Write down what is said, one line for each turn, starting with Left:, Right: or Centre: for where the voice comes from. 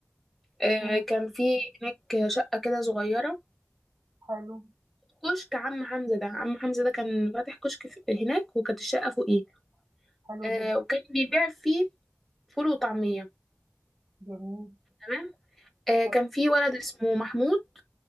Centre: آه
Right: إمم،
Centre: كان في هناك شقة كده صغيرة
Right: حلو،
Centre: كشك عم حمزة ده عم حمزة ده كان فاتح كشك في- هناك وكانت الشقة فوقيه
Right: حلو
Centre: آه
Right: جدًا،
Centre: وكان بيبيع فيه فول وطعمية
Right: جميل،
Centre: تمام آه،
Right: حلو،
Centre: كان في ولد اسمه محمود